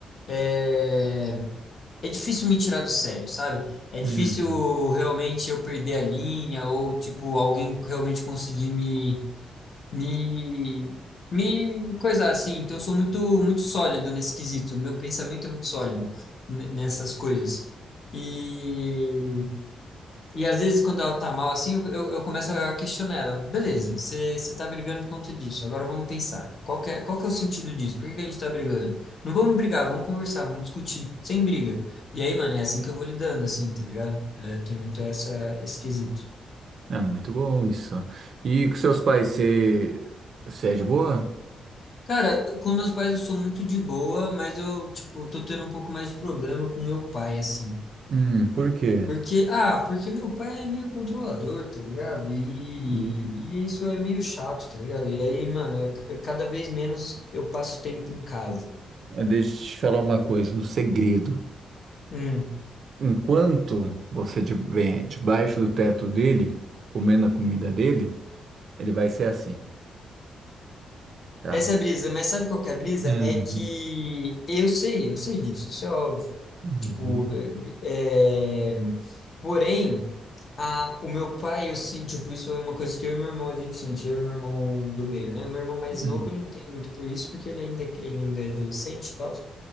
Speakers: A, on the left; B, on the right.
A: É, é difícil me tirar do sério, sabe? É
B: Hum.
A: difícil realmente eu perder a linha ou, tipo, alguém realmente conseguir me me me coisar assim. Então eu sou muito muito sólido nesse quesito. Meu pensamento é muito sólido ne- nessas coisas. E e às vezes quando ela tá mal assim, eu, eu, eu começo a questionar ela. Beleza, você você tá brigando por conta disso. Agora vamos pensar. Qual que é, qual que é o sentido disso? Por que que a gente tá brigando? Não vamos brigar, vamos conversar, vamos discutir, sem briga. E aí, mano, é assim que eu vou lidando assim, tá ligado? É, tem muito essa esse quesito.
B: Ah, muito bom isso. E com seus pais, você, você é de boa?
A: Cara, com meus pais eu sou muito de boa, mas eu, tipo, tô tendo um pouco mais de problema com meu pai, assim.
B: Hum, por quê?
A: Porque, ah, porque meu pai é meio controlador, tá ligado? E,
B: Hum,
A: e isso é meio chato, tá ligado? E aí, mano, é c- cada vez menos eu passo tempo em casa.
B: Deixa eu te falar uma coisa, um segredo.
A: Hum.
B: Enquanto você estiver debaixo do teto dele, comendo a comida dele, ele vai ser assim, tá?
A: Essa é a brisa, mas sabe qual que é a brisa?
B: Uhum.
A: É que eu sei, eu sei disso, isso é óbvio.
B: Uhum.
A: Tipo, é... porém, a, o meu pai, eu sinto, tipo, isso é uma coisa que eu e meu irmão a gente sente, eu e meu irmão do meio, né? O meu irmão mais
B: Uhum.
A: novo, ele não tem muito por isso, porque ele ainda, ele ainda é adolescente e tal.